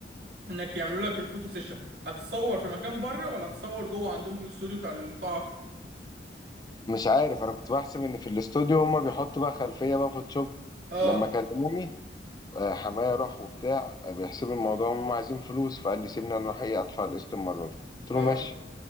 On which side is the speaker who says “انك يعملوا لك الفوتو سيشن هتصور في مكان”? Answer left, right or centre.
Right